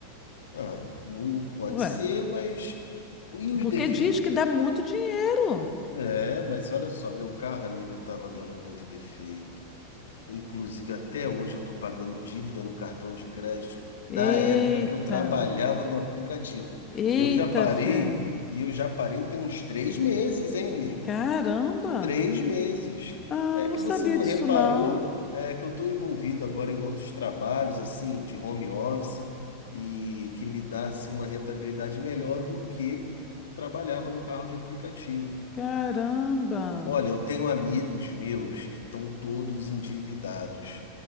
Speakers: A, on the left (about 65°); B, on the left (about 25°).
A: Ah, não pode
B: Ué,
A: ser, mas e os
B: porque
A: defeitos?
B: diz que dá muito dinheiro.
A: É, mas olha só, meu carro, amiga, estava dando muito defeito. Inclusive, até hoje eu estou pagando dívida no cartão de crédito da
B: Eita,
A: época que eu trabalhava no aplicativo.
B: eita
A: E eu já parei,
B: ferro.
A: e eu já parei tem uns três meses, hein, amiga?
B: Caramba.
A: Três meses.
B: Ah,
A: É
B: não
A: que
B: sabia
A: você não
B: disso
A: reparou,
B: não.
A: é que eu estou envolvido agora em outros trabalhos, assim, de home office, e que me dá, assim, uma rentabilidade melhor do que trabalhava no carro de aplicativo.
B: Caramba.
A: Olha, eu tenho amigos meus que estão todos endividados.